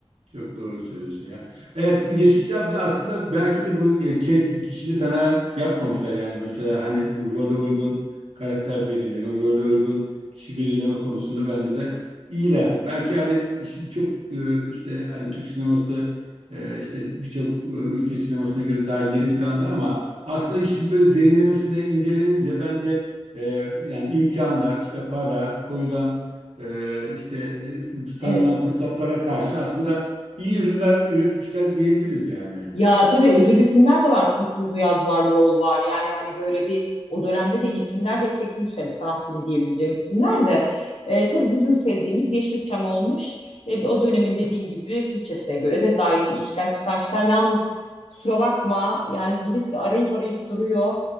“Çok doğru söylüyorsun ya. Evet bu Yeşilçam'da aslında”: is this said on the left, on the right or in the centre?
Right